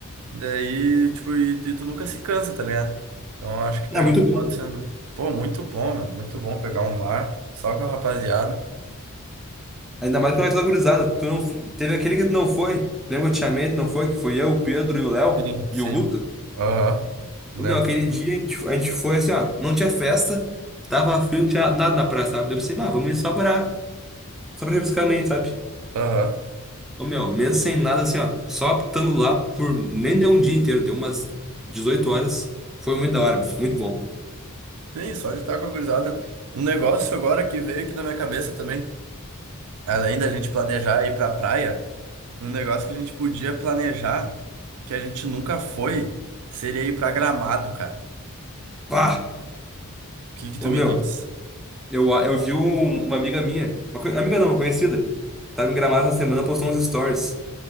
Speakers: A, on the right (about 75°); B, in the centre.
A: Daí, tipo, e, e tu nunca se cansa, tá ligado? Então eu acho que pegar
B: É muito
A: um
B: bom,
A: final
B: meu.
A: de semana. Pô, muito bom, meu. Muito bom pegar um mar só com a rapaziada.
B: Ainda mais que vai toda gurizada. Tu não... f- Teve aquele que tu não foi. Lembra que eu te chamei, tu não foi? Que foi eu, o Pedro e o Léo
A: Sim. Sim.
B: e o Guto.
A: Aham. Lembro.
B: Ô, Meu, aquele dia a gente, a gente foi assim, ó. Não tinha festa, tava frio, não tinha nada na praia, sabe? Daí eu pensei, bah, vamos ir só pra, só pra refrescar a mente, sabe?
A: Aham.
B: Ô, meu, mesmo sem nada, assim, ó, só apitando lá por. Nem deu um dia inteiro, deu umas 18 horas. Foi muito da hora, meu, muito bom.
A: Sim, só de estar com a gurizada. Um negócio agora que veio aqui na minha cabeça também, além da gente planejar ir pra praia, um negócio que a gente podia planejar, que a gente nunca foi, seria ir pra Gramado, cara.
B: Pá!
A: O que que tu
B: Ô,
A: me
B: meu,
A: diz?
B: eu, eu vi um- uma amiga minha, uma co- amiga não, uma conhecida, tava em Gramado essa semana, postou uns stories.